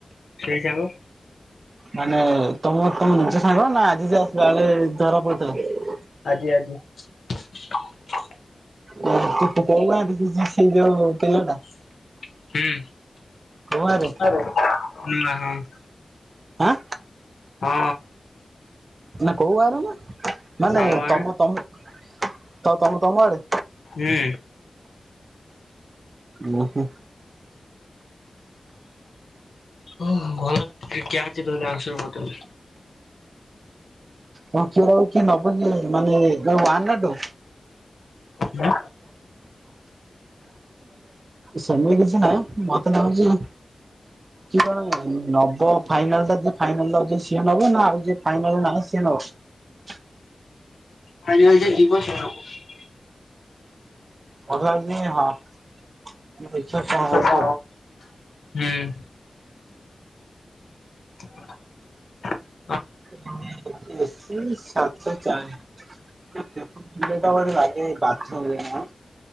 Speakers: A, on the left; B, on the right.
A: ସେଇ ସାଙ୍ଗ।
B: ମାନେ ତମ ତମେ ନିଜ ସାଙ୍ଗ ନା ଆଜି ଯେ ଆସିଥିଲା ବେଳେ ଧରା ପଡ଼ିଥିଲା।
A: ଆଜି ଆଜି। <inaudible>
B: ନାଦି ପକେଇଲାଣି। ସେଇ ଯୋଉ ପିଲାଟା।
A: ହୁଁ <unintelligible> ନା
B: କୋଉ ଗାଁରେ
A: ହଁ। <inaudible>
B: ଆଃ।
A: ହଁ।
B: ନା କୋଉ ଆରେ ନା ନାଇଁ
A: ଆମ
B: ନାଇଁ
A: ଗାଁରେ
B: ତମ ତମ ତ-ତ-ତମ ଆଡେ।
A: ହୁଁ।
B: ଓହୋ।
A: ଓ ଭଲିକ ଅଛି ତାହଲେ ଆଂସର ବୋଟଲ।
B: କଣ କୁହ? କିଏ ନବ କିଏ ମାନେ ୱନ୍ ନା ଟୁ?
A: ହଁ।
B: ସେମିତି କିଛି ନାଇଁ ମତେ ନାଗୁଛି କେତଳେ ନବ ଫାଇନାଲ ଟା ଯ ଫାଇନାଲ ଅ ସିଏ। ନବ ନା ଆଉ ଫାଇନାଲ ନାହିଁ। କିଏ ନବ।
A: ପାଣି ଆଣିତେ ଯିବସିଏ ଆଉ।
B: ମତେ ଲାଗୁଚି ହଁ। ଦେଖିବା କଣ ହଉଛି
A: ହୁଁ
B: ଆଉ।
A: ହୁଁ। <inaudible>
B: ହୁଁ। ଏସିି ସାତେ ଚାରି ଲାଗେ ଏଟା ବୋଧେ ଲାଗେ ବାଥ୍ରୁମ୍ ରେ ନା